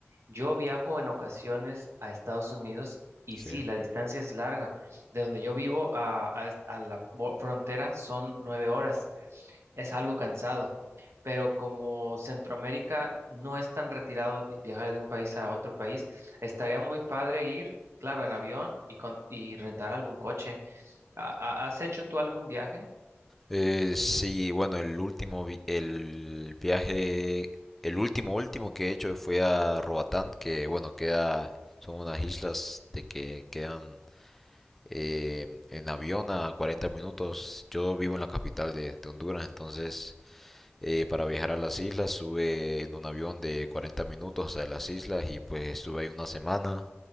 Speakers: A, on the right; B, in the centre.
A: Yo viajo en ocasiones a Estados Unidos y
B: Sí.
A: sí, la distancia es larga. De donde yo vivo a, a- a la bo- frontera son nueve horas. Es algo cansado, pero como Centroamérica no es tan retirado viajar de un país a otro país, estaría muy padre ir, claro, en avión y, con- y rentar algún coche. ¿Ha- ha- ¿Has hecho tú algún viaje?
B: Eh, sí, bueno, el último, vi- el viaje, el último último que he hecho fue a Roatán, que bueno, queda, son unas islas de que quedan eh, en avión a 40 minutos. Yo vivo en la capital de, de Honduras, entonces eh, para viajar a las islas sube en un avión de 40 minutos hasta las islas y pues estuve ahí una semana